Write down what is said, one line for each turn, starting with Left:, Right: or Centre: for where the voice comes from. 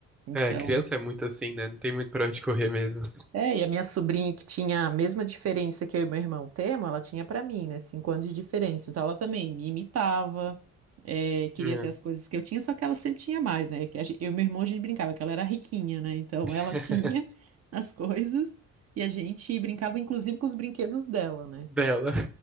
Right: então.
Centre: É, criança é muito assim, né? Não tem muito pra onde correr mesmo.
Right: É, e a minha sobrinha que tinha a mesma diferença que eu e meu irmão temos, ela tinha pra mim, né? Cinco anos de diferença. Então ela também me imitava, é, queria
Centre: É.
Right: ter as coisas que eu tinha, só que ela sempre tinha mais, né? Que a gen- eu e meu irmão a gente brincava que ela era riquinha, né? Então
Centre: <laughs>
Right: ela <laughs> tinha as coisas e a gente brincava inclusive com os brinquedos dela, né?
Centre: Dela.